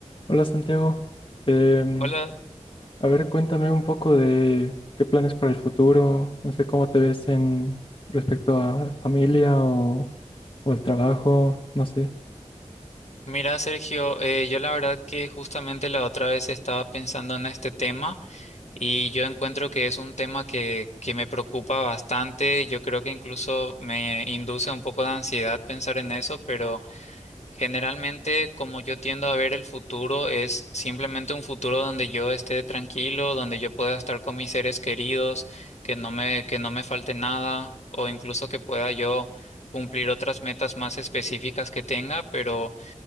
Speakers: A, on the left (about 40°); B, on the left (about 65°).
A: Hola Santiago, Em,
B: Hola,
A: a ver, cuéntame un poco de qué planes para el futuro, no sé cómo te ves en respecto a la familia o, o al trabajo, no sé.
B: mira Sergio, eh, yo la verdad que justamente la otra vez estaba pensando en este tema y yo encuentro que es un tema que, que me preocupa bastante, yo creo que incluso me induce un poco de ansiedad pensar en eso, pero generalmente como yo tiendo a ver el futuro es simplemente un futuro donde yo esté tranquilo, donde yo pueda estar con mis seres queridos, que no me, que no me falte nada o incluso que pueda yo cumplir otras metas más específicas que tenga, pero...